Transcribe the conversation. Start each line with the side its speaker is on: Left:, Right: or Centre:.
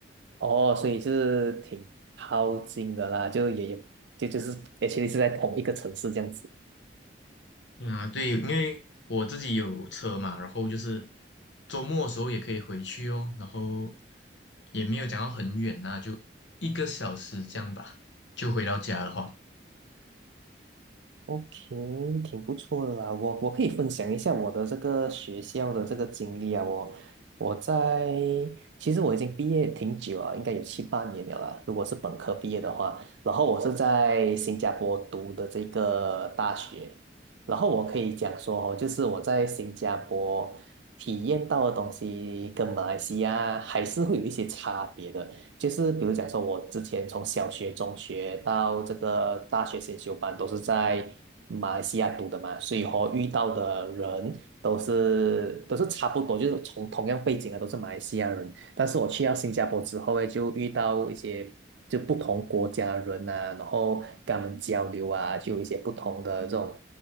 Right: 哦，所以是挺靠近的啦，就也也就就是而且 t 是在同一个城市这样子。
Left: 啊，对，因为我自己有车嘛，然后就是周末的时候也可以回去哦，然后也没有讲到很远呐、就一个小时这样吧，就回到家的话。
Right: OK，挺不错的啦。我我可以分享一下我的这个学校的这个经历啊。我我在其实我已经毕业挺久了，应该有七八年了啦。如果是本科毕业的话，然后我是在新加坡读的这个大学，然后我可以讲说哦，就是我在新加坡体验到的东西跟马来西亚还是会有一些差别的。就是比如讲说，我之前从小学、中学到这个大学先修班，都是在马来西亚读的嘛，所以和遇到的人都是都是差不多，就是从同样背景的都是马来西亚人。但是我去到新加坡之后呢，就遇到一些就不同国家的人啊，然后跟他们交流啊，就有一些不同的这种